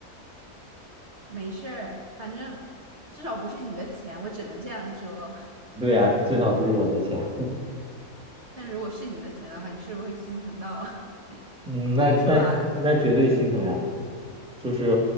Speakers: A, on the right; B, in the centre.
A: 没事儿，反正至少不是你的钱，我只能这样说。
B: <laughs> 对呀，至少不是我的钱。
A: 但如果是你的钱的话，你是不是会心疼到 <laughs>
B: 嗯，
A: 哭出来
B: 那那那绝对心疼呀。就是